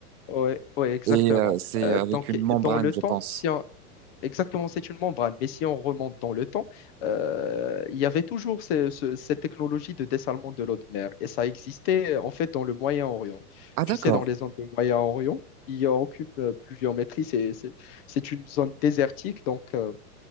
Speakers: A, on the left; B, on the right.
A: Ouais, ouais, exactement.
B: Et euh, c'est
A: Euh,
B: euh, avec
A: donc,
B: une membrane,
A: dans le temps,
B: je pense.
A: si on- exactement, c'est une membrane, mais si on remonte dans le temps, euh, il y avait toujours ce- ce- cette technologie de dessalement de l'eau de mer, et ça existait en fait dans le Moyen-Orient.
B: Ah,
A: Tu
B: d'accord,
A: sais, dans les zones de Moyen-Orient, il n'y a aucune euh, pluviométrie, c'est c'est- c'est une zone désertique, donc. euh,